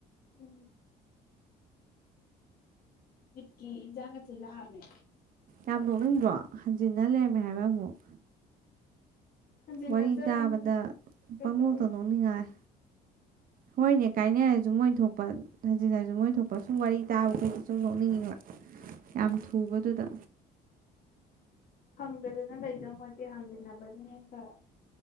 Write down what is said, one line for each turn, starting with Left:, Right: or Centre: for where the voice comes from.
Left: ꯎꯝ ꯏꯠꯀꯤ ꯏꯟꯖꯥꯡꯒ ꯊꯤꯟ ꯂꯥꯛꯑꯝꯃꯦ
Right: ꯌꯥꯝ ꯅꯣꯛꯅꯤꯡꯗ꯭ꯔꯣ ꯍꯟꯖꯤꯟꯅ ꯂꯩꯔꯝꯃꯦ ꯍꯥꯏꯕ ꯑꯃꯨꯛ
Left: ꯍꯟꯖꯤꯟꯅꯖꯔꯅꯤ
Right: ꯋꯥꯔꯤ ꯇꯥꯕꯗ
Left: ꯀꯩꯗꯧꯔꯤ
Right: ꯄꯪꯅꯣꯛꯇ ꯅꯣꯛꯅꯤꯡꯉꯥꯏ ꯍꯣꯏꯅꯦ ꯀꯥꯏꯅꯔꯁꯨ ꯃꯣꯏ ꯊꯣꯛꯄ ꯍꯟꯖꯤꯟꯅꯔꯁꯨ ꯃꯣꯏ ꯊꯣꯛꯄ ꯁꯨꯝ ꯋꯥꯔꯤ ꯇꯥꯕꯈꯣꯢꯗꯤ ꯁꯨꯝ ꯅꯣꯛꯅꯤꯡꯉꯤꯕ ꯌꯥꯝ ꯊꯨꯕꯗꯨꯗ
Left: ꯍꯪꯗꯗꯅ ꯂꯩꯗꯧ ꯄꯣꯠꯇꯤ ꯍꯪ ꯅꯕꯗꯨꯅꯦ ꯀ